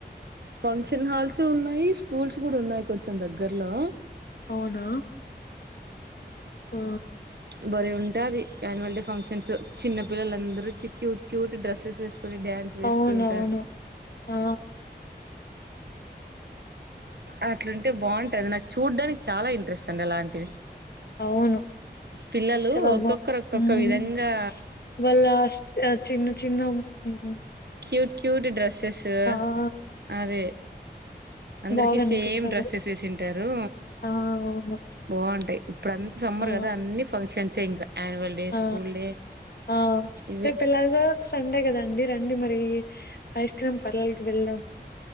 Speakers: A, on the right; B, on the left.
A: ఫంక్షన్ హాల్సూ ఉన్నాయి స్కూల్స్ కూడా ఉన్నాయి కొంచెం దగ్గర్లో
B: అవునా? ఆ
A: బలే ఉంటాది యాన్యువల్ డే ఫంక్షన్స్ చిన్న పిల్లలందరూ చి క్యూట్ క్యూట్ డ్రెస్సెస్ వేసు కొని డ్యాన్స్ వేస్తూ
B: అవునవును.
A: ఉంటారు
B: ఆ!
A: అట్లుంటే బాగుంటది నాకు చూడ్డానికి చాలా ఇంట్రెస్ట్ అండి అలాంటివి
B: అవును
A: పిల్లలు
B: చాలా
A: ఒక్కొక్కరు
B: బా
A: ఒక్కొక్క
B: హ్మ్
A: విధంగా
B: వాళ్ళా స్టా చిన్న చిన్న ఉహు
A: క్యూట్ క్యూట్ డ్రెస్సె స్సూ
B: ఆ!
A: అదే అందర్కీ
B: బాగనిపిస్తది.
A: సేమ్ డ్రెస్సెస్ వేసుంటారూ
B: ఆ! అవును.
A: బావుతాయి ఇప్పుడంతా సమ్మర్
B: ఆ!
A: కదా అన్ని ఫంక్షన్స్ ఏ ఇంకా యాన్యువల్ డే
B: ఆ
A: స్కూల్ డే
B: ఆ
A: ఇవే
B: రేపెలాగో సండే కదండి రండి మరీ ఐస్ క్రీమ్ పార్లర్ వెళ్దాం